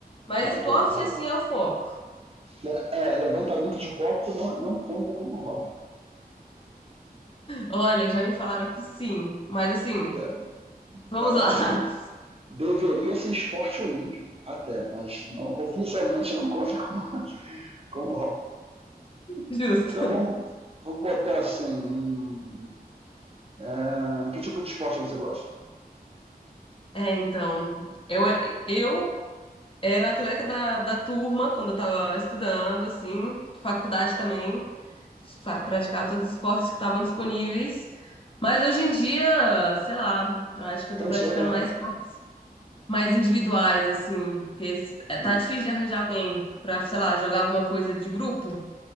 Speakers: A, on the left (about 35°); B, on the right (about 35°).
A: Mas
B: Ah, mas
A: esporte,
B: pera- pera-
A: assim, é o foco.
B: le- é, levantamento de copo não, não conta como hobby.
A: Olha, já me falaram que sim, mas assim,
B: Já-
A: vamos
B: é,
A: lá, <laughs>
B: assim, deveria ser esporte olímpico até, mas não- oficialmente não conta como, como hobby.
A: justo.
B: Então vamos, vamos botar assim, um É, que tipo de esporte você gosta?
A: É, então, eu, eu era atleta da, da turma quando eu tava estudando, assim, faculdade também, fa- praticava todos os esportes que estavam disponíveis. Mas hoje em dia, sei lá, eu acho que eu tô
B: Cansou,
A: praticando
B: né?
A: mais esportes mais individuais, assim, porque esse- é,
B: Hum,
A: tá difícil de arranjar alguém pra, sei lá, jogar alguma coisa de grupo.